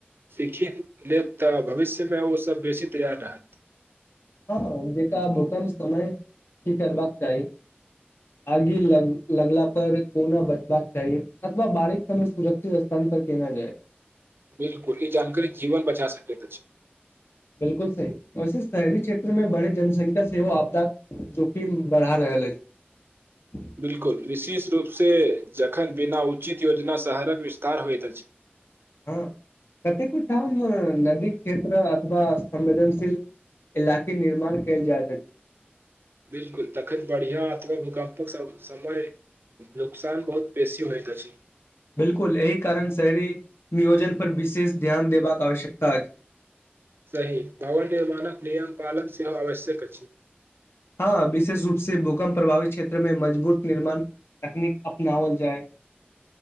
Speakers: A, on the right (about 65°); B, on the left (about 75°).
A: सीखि लेत तऽ भविष्य मे ओसभ बेसी तैयार रहत
B: हँ जेकरा भूकम्प समय करबाक चाही आगे ल लगला पर कोना बचबाक चाही अथवा बारश समय सुरक्षित स्थान पर केना जाए <inaudible>
A: बिलकुल ई जानकारी जीवन बचा सकैत अछी
B: बिलकुल सही वैसे शहरी क्षेत्रमें बड़े जनसंख्या सेहो आपदा जोखिम बढहा रहल अछि
A: बिलकुल विशेष रूपसँ जखन बिना उचित योजना शहरक विस्तार होइत अछि
B: हँ कतेको ठाम नदीक क्षेत्र अथवा संवेदनशील इलाक निर्माण कैल जाइत अछि
A: बिलकुल तखन बढ़िआ अथवा भूकम्पक सब समय नुकसान बहुत बेशी होइत अछि
B: बिलकुल एहि कारण शहरी नियोजन पर विशेष ध्यान देबाक आवश्यकता अछि
A: सही भवन निर्माणक नियम पालक सेहो आवश्यक अछि
B: हँ विशेष रूप से भूकम्प प्रभावित क्षेत्र मे मजबूत निर्माण तकनीक अपनाओल जाय